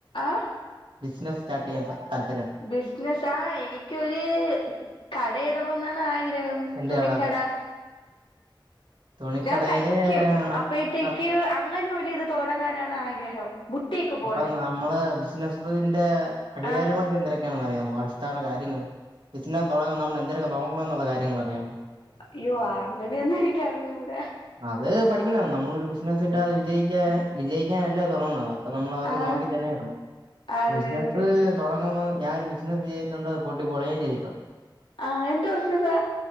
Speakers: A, on the left (about 80°); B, on the right (about 75°).
A: ആഹ്
B: ബിസിനസ് സ്റ്റാർട്ട് ചെയ്യാൻ താല്
A: ബിസിനസ് ആ എനിക്കൊരു കടയിടണ ന്നാണ് ആഗ്ര ഹം
B: എന്ത്
A: തുണിക്കട
B: കട തുണിക്കടയില്
A: ഞാൻ തൈക്കും അപ്പഴത്തേക്ക്
B: ആ
A: അങ്ങനെ ഒരുരിത് തുടങ്ങാനാണ് ആഗ്രഹം ബുട്ടീക്ക് പോലെ
B: അപ്പൊ നമ്മള് ബിസിനസിന്റെ അടികാരികളൊക്കെ
A: ആഹ്
B: എന്തൊരു ക്കെ അറിയാമോ അടിസ്ഥാന കാര്യങ്ങള് ബിസിനസ് തുടങ്ങാൻ നമ്മൾ എന്തരൊക്കെ നോക്കണം എന്നുള്ള കാര്യങ്ങൾ അറിയാമോ
A: അയ്യോ അങ്ങനെയൊന്നും എനിക്ക് അറിഞ്ഞൂട
B: അത് പഠിക്കണം നമ്മളൊരു ബിസിനസ് ഇട്ട് അത് വിജയിക്കാ വിജയിക്കൻഅല്ലേ തുടങ്ങണത് അപ്പൊ നമ്മള് അതൊക്കെ
A: ആഹ്
B: നോക്കി തന്നെ ഇടണം
A: അതെ
B: ബിസിനസ്
A: അതെ
B: തുടങ്ങ ഞാനൊരു ബിസിനസ് ചെയ്തിട്ടണ്ട്ത് പൊട്ടിപ്പൊളിയെയും ചെയ്തിട്ടുണ്ട്
A: ആ എന്തു ബിസിനസ